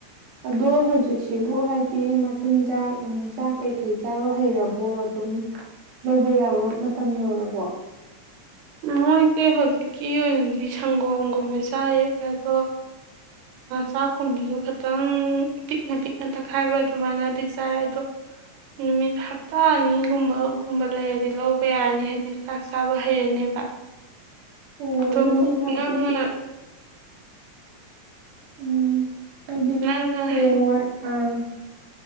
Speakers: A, on the right (about 70°); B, on the right (about 90°).
A: ꯑꯗꯣ ꯍꯧꯖꯤꯛꯁꯤꯕꯨ ꯍꯥꯏꯗꯤ ꯃꯆꯤꯟꯖꯥꯛ ꯆꯥꯛ ꯀꯩꯀꯩ ꯆꯥꯕ ꯍꯩꯔꯕꯣ ꯑꯗꯨꯝ ꯂꯧꯕ ꯌꯥꯕ ꯃꯇꯝ ꯌꯧꯔꯕꯣ
B: ꯃꯣꯏꯁꯦ ꯍꯧꯖꯤꯛꯀꯤ ꯑꯣꯏꯅꯗꯤ ꯁꯪꯒꯣꯝꯒꯨꯝꯕ ꯆꯥꯏꯌꯦ ꯑꯗꯣ ꯆꯥꯛꯀꯨꯝꯕꯁꯨ ꯈꯇꯪ ꯄꯤꯛꯅ ꯄꯤꯛꯅ ꯇꯛꯈꯥꯏꯕ ꯑꯗꯨꯃꯥꯏꯅꯗꯤ ꯆꯥꯏ ꯑꯗꯣ ꯅꯨꯃꯤꯠ ꯍꯞꯇꯥ ꯑꯅꯤꯒꯨꯝꯕꯒꯨꯝꯕ ꯂꯩꯔꯗꯤ ꯂꯧꯕ ꯌꯥꯔꯅꯤ ꯍꯥꯏꯕꯗꯤ ꯆꯥꯛ ꯆꯥꯕ ꯍꯩꯔꯅꯦꯕ
A: ꯑꯣ
B: ꯑꯗꯣ
A: ꯑꯗꯨꯗꯤ ꯍꯥꯏꯗꯤ
B: ꯅꯪꯅ
A: ꯎꯝ ꯍꯥꯏꯗꯤ
B: ꯅꯪꯅ
A: ꯍꯌꯦꯡꯏ
B: ꯍꯥꯏ
A: ꯑꯥ